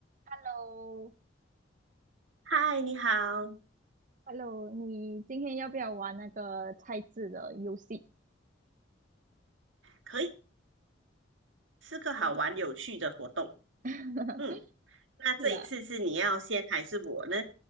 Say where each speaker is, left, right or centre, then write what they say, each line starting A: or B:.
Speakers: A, on the right; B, on the right.
A: Hello，
B: 嗨，你好，
A: Hello，你今天要不要玩那个猜字的游戏？
B: 可以是个好玩有趣的活动。
A: 呃，<laughs>
B: 嗯，那这一次是你要先还是我呢？
A: 是啊，